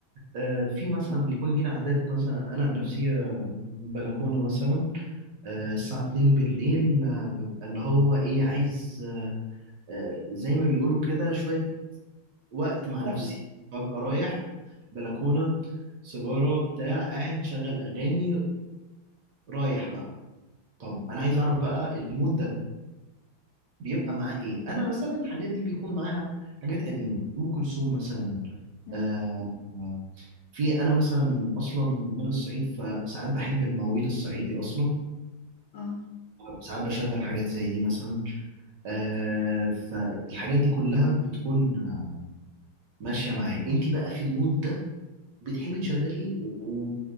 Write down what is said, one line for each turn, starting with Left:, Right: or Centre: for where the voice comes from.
Right: آه، في مثلا بيكون لينا عادات مثلا انا عن نفسي آه، بلكونه مثلا آه، الساعة 2 بالليل آه، ببقى اللي هو إيه عايز آه، زي ما بيقولوا كده شوية وقت مع
Left: مفضلة
Right: نفسي ببقى رايح بلكونة سيجارة بتاع قاعد شغل أغاني رايح بقى طب أنا عايز أعرف بقى المود ده بيبقى معاه إيه أنا مثلا الحاجات دي بيكون معاها حاجات قديمة أم كلثوم مثلا
Left: مم.
Right: آه، آه، في أنا مثلا أصلا من الصعيد فساعات بحب المواويل الصعيدي أصلا
Left: اه
Right: فساعات بشغل حاجات زي دي مثلا آه فالحاجات دي كلها بتكون آه، ماشية معايا انت بقى في المود ده بتحبي تشغلي ايه و-